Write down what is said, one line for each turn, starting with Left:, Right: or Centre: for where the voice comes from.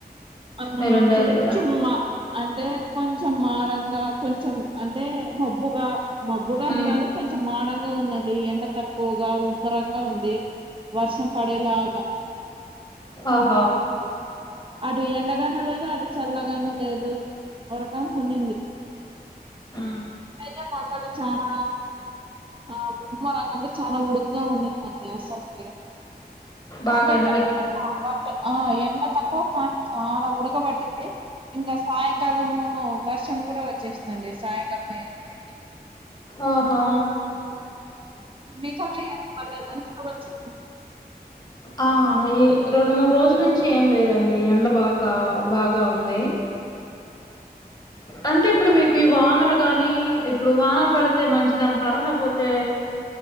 Right: ఆ
Left: మీరుండే
Right: కొంచెం
Left: దగ్గర
Right: మా అంటే కొంచెం మారంగా కొంచెం అంటే మబ్బుగా మబ్బుగా
Left: ఉమ్
Right: అని కాదు కొంచెం మాడ గా ఉందండి ఎండ తక్కువగా ఉమ్మరంగా ఉంది వర్షం పడేలాగా
Left: ఆహ
Right: అటు ఎండగాను లేదు అటు చల్లగాను లేదు ఓ రకంగా కొన్నింది
Left: ఆ
Right: అయితే మాక్కడ చాలా ఆ ఓ రకంగా చాలా ఉడుకుగా ఉందండి అసలుకి
Left: బాగా
Right: అంటే
Left: ఎండలు
Right: ఎ
Left: ఎక్కు
Right: బట్ ఆ ఎండ తక్కువ కానీ చాలా ఉడకబట్టింది ఇంకా సాయంకాలము వర్షం కూడా వచ్చేసిందండి సాయంకాలం అయ్యేసరికి
Left: ఆహా
Right: మేఘాలయ పాల అంత వ <unintelligible>
Left: ఆ ఈ రెండు మూడు రోజుల నుంచి ఏం లేదండి ఎండ బాగా బాగా ఉంది అంటే ఇప్పుడు మీకు ఈ వానలు గాని ఇప్పుడు వానలు పడితే మంచిది అంటారా లేకపోతే